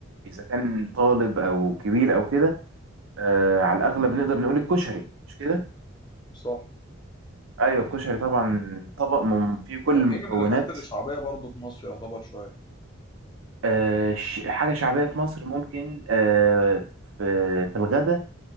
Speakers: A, on the right (about 75°); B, on the left (about 20°).
A: اذا كان طالب او كبير او كده
B: مم.
A: آه على الاغلب نقدر نقول الكشري مش كده
B: صح،
A: ايوه الكشري طبعا طبق مم- فيه كل
B: طب
A: المكونات
B: ايه من الحاجات اللي شعبية برضه في مصر يعتبر شوية؟
A: آه ش- حاجه شعبيه في مصر ممكن آه في في الغدا